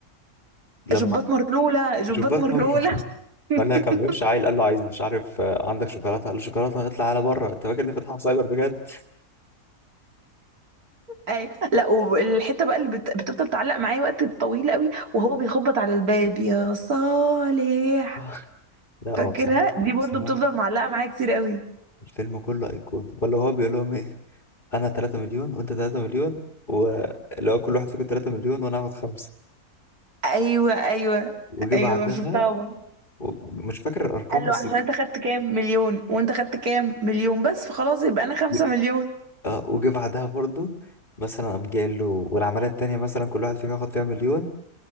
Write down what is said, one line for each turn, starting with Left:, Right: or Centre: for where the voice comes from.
Left: لما
Right: جبات مرلوله جبات
Left: شوف باتمان
Right: مرلوله
Left: <laughs>
Right: <laughs>
Left: ولا كان بيمشي عيل قال له عايز مش عارف آه، عندك شوكولاته قال له شوكولاته اطلع على بره انت فاكر ان فتحها سايبر بجد
Right: ايوه لا والحته بقى اللي بت... بتفضل تعلق معايا وقت طويل قوي وهو بيخبط على الباب يا صالح
Left: <laughs> لا
Right: فاكرها
Left: هو بصراحه
Right: دي برضو
Left: بصراحه
Right: بتفضل معلقه معايا كتير قوي
Left: الفيلم كله ايقونه ولا هو بيقول لهم ايه انا 3 مليون وانت 3 مليون واللي هو كل واحد فيكم 3 مليون وانا هاخد خمسه
Right: ايوه ايوه
Left: وجي
Right: ايوه
Left: بعدها
Right: شفتها برضه
Left: و- مش فاكر الارقام
Right: قال له
Left: بس
Right: عشان انت خدت كام مليون وانت خدت كام مليون بس فخلاص يبقى انا خمسة
Left: ي-
Right: مليون
Left: اه وجي بعدها برضو مثلا قام جاي له والعمليه التانيه مثلا كل واحد فيكم هاخد فيها مليون